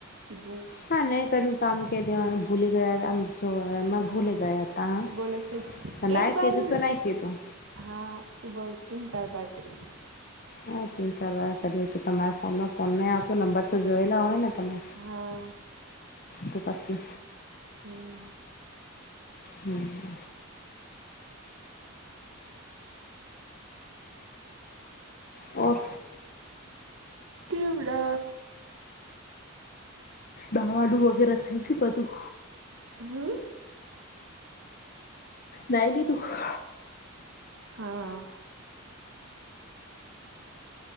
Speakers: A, on the right (about 75°); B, on the left (about 45°).
A: કીધું.
B: હા નહી કર્યું તો આમ ક દેવાનું ભૂલી ગયા આમ છું એ મેં
A: હા
B: ભૂલે ગયા તા
A: તો બોલે છે
B: હા નહીં
A: એક બાર
B: કીધું
A: ય
B: તો નહીં કીધું.
A: હા, એ બોલ તન ચાર બાર કર્યું છે.
B: હા તીન ચાર બાર કરીએ તો તમારે ફોન ને ફોન નહીંઆવો નંબર તો જોયેલા હોય ને તમે
A: હા
B: તો પછી.
A: હમ્મ.
B: હમ્મ હમ્મ. ઓર?
A: કેવડો.
B: નહાવા નું વગેરે થઈ ગયું બધું?
A: હમ્મ?
B: નાઈ લીધું?
A: હા.